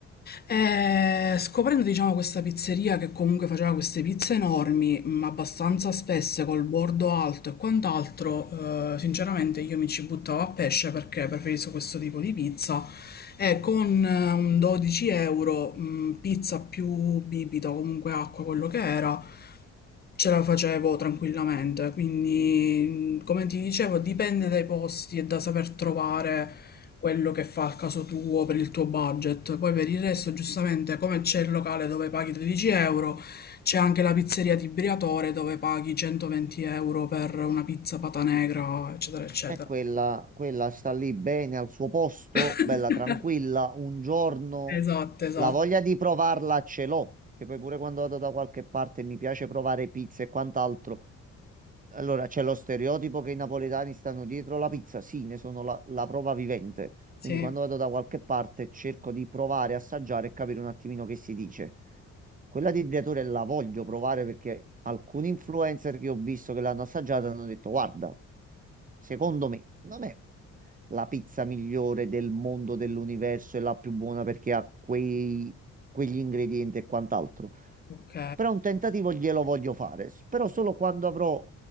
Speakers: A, on the left; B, on the right.
A: E scoprendo, diciamo, questa pizzeria che comunque faceva queste pizze enormi, mh, abbastanza spesse, col bordo alto e quant'altro, eh, sinceramente io mi ci buttavo a pesce perché preferisco questo tipo di pizza. E con eh, un 12 euro, mh, pizza più bibita o comunque acqua, quello che era, ce la facevo tranquillamente, quindi mh, come ti dicevo dipende dai posti e da saper trovare quello che fa al caso tuo per il tuo budget. Poi per il resto, giustamente, come c'è il locale dove paghi 13 euro, c'è anche la pizzeria di Briatore dove paghi 120 euro per una pizza pata negra, eccetera, eccetera.
B: E quella, quella sta lì bene al suo posto,
A: <laughs>
B: bella tranquilla. Un giorno
A: Esatto, esatto.
B: la voglia di provarla ce l'ho, che poi pure quando vado da qualche parte mi piace provare pizza e quant'altro. Allora, c'è lo stereotipo che i napoletani stanno dietro la pizza, sì, ne sono la, la prova vivente.
A: Sì,
B: Quindi quando vado da qualche parte cerco di provare, assaggiare e capire un attimino che si dice. Quella di Briatore la voglio provare perché alcuni influencer che ho visto che l'hanno assaggiata hanno detto, guarda, secondo me non è la pizza migliore del mondo, dell'universo e la più buona perché ha quei, quegli ingredienti e quant'altro.
A: ok,
B: Però un tentativo glielo voglio fare, s- però solo quando avrò